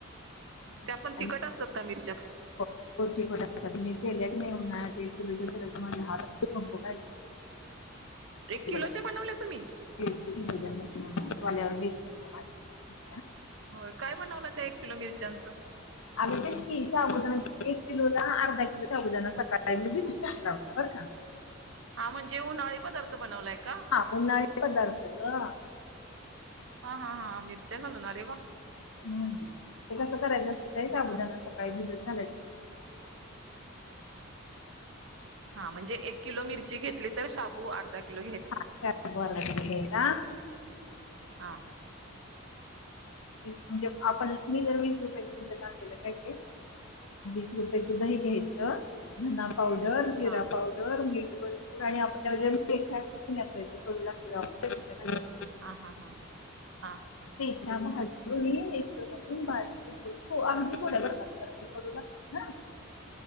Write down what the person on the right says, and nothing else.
त्या पण तिखट
असतात का मिरी
एक किलोच्या
बनवल्या तुम्ही?
होय, काय बनवला त्या एक किलो मिरच्यांच
<inaudible> हा म्हणजे उन्हाळी पदार्थ बनवलाय का
हा. हा. हा. मिर्च्या घालून अरे वा.
हा
हा म्हणजे एक किलो मिरची घेतली तर शाबू अर्धा किलो घ्यायचा
हा
हम्म
हा
हा हा हा हा.
<inaudible>